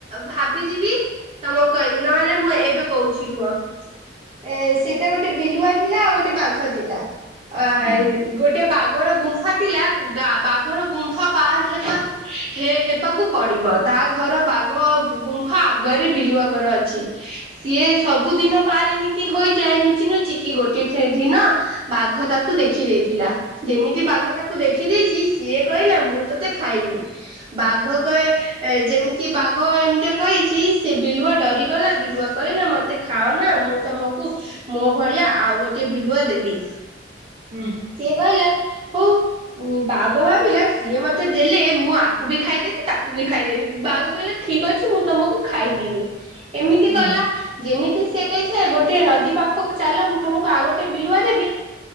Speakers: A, on the right; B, on the right.
A: ଭାବିଚିବି ତମକୁ କହିବି ନହେଲେ ମୁଁ ଏବେ କହୁଛି ରୁହ। ଏଁ ସେଟା ଗୋଟେ ବିଲୁଆ ଥିଲା ଆଉ ଗୋଟେ ବାଘ ଥିଲା। ଆ
B: ହୁଁ
A: ଗୋଟେ ବାଘର ଗୁମ୍ଫାଥିଲା ବାଘର ଗୁମ୍ଫା ପାରହେବା ହେ ହେବାକୁ ପଡିବ ତା ଘର ବାଘ ଗୁମ୍ଫା ଆଗରେ ବିଲୁଆ ଘର ଅଛି। ସିଏ ସବୁ ଦିନ ପାର ଏମିତି ହୋଇଯାଏ ନୁଚି ନୁଚିକି ଗୋଟେ ଦିନ ବାଘ ତାକୁ ଦେଖି ଦେଇଥିଲା ଯେମିତି ବାଘ ତାକୁ ଦେଖିଦେଇଛି ସିଏ କହିଲା ମୁଁତ ସେ ଖାଇନି ବାଘ କହେ ଏ ଯେମିତି ବାଘ ଏମତି କହିଛି ସେ ବିଲୁଆ ଡରିଗଲା ବିଲୁଆ କହିଲା ମତେ ଖାଅନା ମୁଁ ତମକୁ ମୋ ଭଳିଆ ଆଉ ଗୋଟେ ବିଲୁଆ ଦେବି
B: ହୁଁ
A: ସିଏ କହିଲା ହଉ ବାଘ ଭାବିଲା ସିଏ ମ ମତେ ଦେଲେ ମୁଁ ଆକୁବି ଖାଇଦେବି ତାକୁବି ଖାଇଦେବି ବାଘ କହିଲା ଠିକ୍ ଅଛି ମୁଁ ତମକୁ ଖାଇବିନି ଏମିତି
B: ହୁଁ।
A: କଲା ଯେମିତି ସେ <inaudible> ଗୋଟିଏ ନଦୀ ପାଖକୁ ଚାଲ ମୁଁ ତମକୁ ଆଉ ଗୋଟେ ବିଲୁଆ ଦେବି